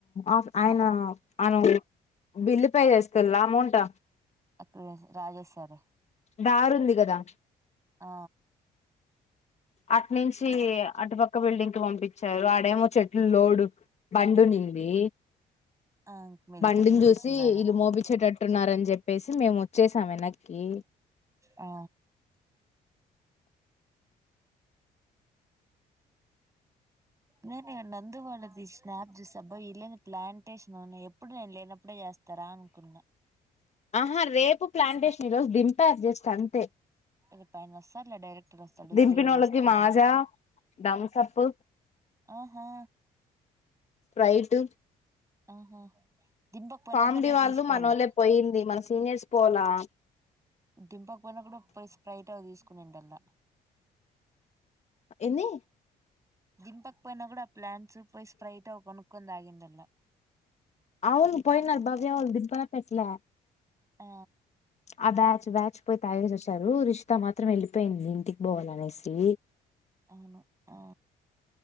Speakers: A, on the left; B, on the right.
A: ఆఫ్ ఆయన
B: ఆ పక్క
A: ఆయన బిల్లు పే చేసుల్ లామౌంట్
B: ఒక్క నిమిషం రాజేశ్ సారె
A: దారూంది కదా
B: ఆ
A: అటునుంచి అటుపక్క బిల్డింగ్ కి పంపించారు ఆడేమో చెట్లు లోడు బండి ఉం ది
B: ఆ మీ దగ్గర
A: బండిని
B: దింపించున్నారు
A: చూసి ఇళ్ళూ మోపిచేటట్ టున్నారని చెప్పేసి మేము వచ్చేసాం వెనక్కి
B: ఆ నేను ఇ నందు వాళ్ళది స్నాప్ చూసి అబ్బ వీళ్ళు ఏంది ప్లాన్ టేషన్ ఎప్పుడు నేను లేనప్పుడే చేస్తారా అనుకున్నా
A: ఆహా రేపు ప్లాంటేషన్ ఈ రోజు దింపారు జస్ట్ అంతే
B: రేపు ఆయన వస్తారు లే డైరెక్టర్ వస్తాడు
A: దింపినోళ్ళకి
B: సిఈఓ వస్తారు
A: మాజా థమ్సప్
B: ఆహా
A: రైట్
B: ఆహా దింపకపోయినా
A: ఫామిడి
B: కూడా పోయి
A: వాళ్ళు
B: తీసుకోవాల
A: మనోళ్లే పోయింది మన సీనియర్స్ పోలా
B: దింపకపోయినా కూడా పోయి స్ప్రైట్ గా తీసుకొని ఉండాల్ల
A: ఏంది
B: దింపక పోయినా కూడా, ఆ ప్లాంట్స్ పోయి స్ప్రైట్ కొనుక్కొని తాగిందల్లా.
A: అవును పోయినారు. భవ్య వాళ్ళు దింపాలే పెట్లే
B: ఆ
A: ఆ బ్యాచ్ బ్యాచ్ పోయి తెగేసి వచ్నారు. రుషిత మాత్రం వెళ్ళిపోయింది. ఇంటికి పోవాల అనేసి
B: అవును ఆ